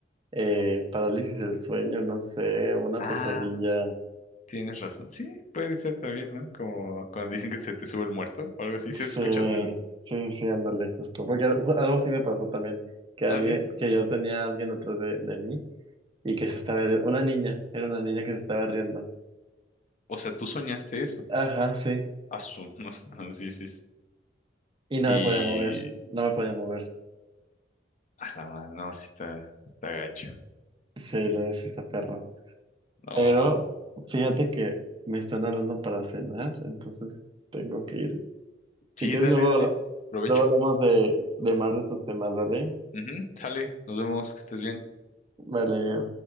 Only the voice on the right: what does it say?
eh, parálisis del sueño, no sé, una
pesadilla.
Sí,
sí, sí, ándale, justo. Porque algo algo sí me pasó también, que alguien,
que yo tenía a alguien atrás de, de mí y que se estaba, ri- una niña, era una niña que se estaba riendo.
Ajá, sí.
Y no
me podía mover, no me podía mover.
Sí, lo decía esa perra.
Pero
fíjate que me están hablando para cenar, entonces tengo que ir.
Si quieres,
luego,
habla-
luego hablamos de, de más de estos temas, ¿vale?
Vale.